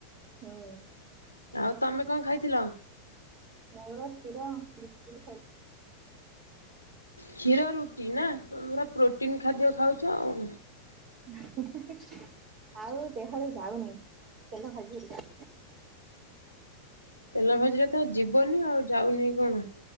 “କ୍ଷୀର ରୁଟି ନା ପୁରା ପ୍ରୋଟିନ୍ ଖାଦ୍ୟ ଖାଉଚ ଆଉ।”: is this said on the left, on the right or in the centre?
Left